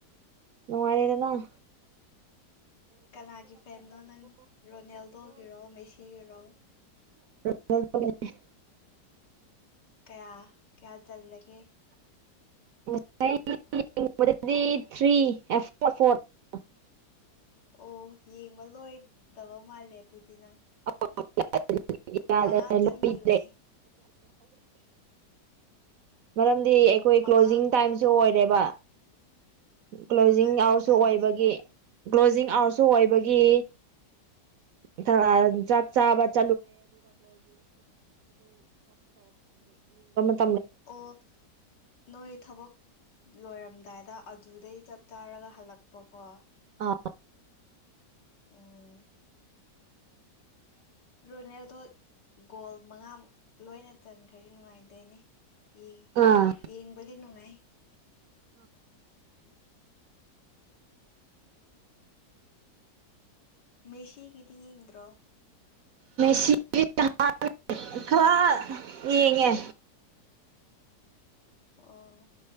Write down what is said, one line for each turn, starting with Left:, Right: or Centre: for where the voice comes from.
Right: ꯅꯨꯡꯉꯥꯢꯔꯦꯗꯅ
Left: ꯀꯅꯥꯒꯤ ꯐꯦꯟꯅꯣ ꯅꯪ ꯔꯣꯅꯦꯜꯗꯣꯒꯤꯔꯣ ꯃꯦꯁꯤꯒꯤꯔꯣ ꯔꯣ
Right: <unintelligible>
Left: ꯀꯌꯥ ꯀ꯭ꯌꯥ ꯆꯜꯂꯒꯦ
Right: <unintelligible>
Left: ꯑꯣ ꯌꯦꯡꯕ ꯂꯣꯏ ꯗꯕ ꯃꯥꯜꯂꯦ ꯑꯗꯨꯗꯤ ꯅꯪ
Right: <unintelligible> <unintelligible> <unintelligible>
Left: ꯃꯉꯥ ꯆꯟꯈꯤꯕꯅꯦ
Right: ꯃꯔꯝꯗꯤ
Left: ꯑꯣ
Right: ꯑꯩꯈꯣꯏ
Left: ꯃꯉꯥ
Right: ꯀ꯭ꯂꯣꯖꯤꯡ ꯇꯥꯏꯝꯁꯨ ꯑꯣꯏꯔꯦꯕ ꯀ꯭ꯂꯣꯖꯤꯡ
Left: ꯃꯉꯥ ꯆꯟꯈ꯭ꯔꯕꯅꯦ
Right: ꯑꯋꯔꯁꯨ ꯑꯣꯏꯕꯒꯤ ꯀ꯭ꯂꯣꯖꯤꯡ ꯑꯋꯔꯁꯨ ꯑꯣꯏꯕꯒꯤ ꯊꯔꯑꯔ <unintelligible>
Left: ꯑꯣ ꯅꯣꯏ ꯊꯕꯛ ꯂꯣꯏꯔꯝꯗꯥꯏꯗ ꯑꯗꯨꯗꯩ ꯆꯞ ꯆꯥꯔꯒ ꯍꯜꯂꯛꯄꯀꯣ
Right: ꯑꯥ
Left: ꯑꯣ ꯔꯣꯅꯦꯜꯗꯣ ꯒꯣꯜ ꯃꯉꯥꯃꯨꯛ ꯂꯣꯏꯅ ꯆꯟꯈ꯭ꯔꯗꯤ ꯅꯨꯡꯉꯥꯏꯗꯦꯅꯦ ꯌꯦ
Right: ꯑꯥ
Left: ꯌꯦꯡꯕꯗꯤ ꯅꯨꯡꯉꯥꯏ ꯃꯦꯁꯤꯒꯤꯗꯤ ꯌꯦꯡꯗ꯭ꯔꯣ
Right: ꯃꯦꯁꯤ <unintelligible> ꯈꯔ ꯌꯦꯡꯉꯦ
Left: ꯑꯣ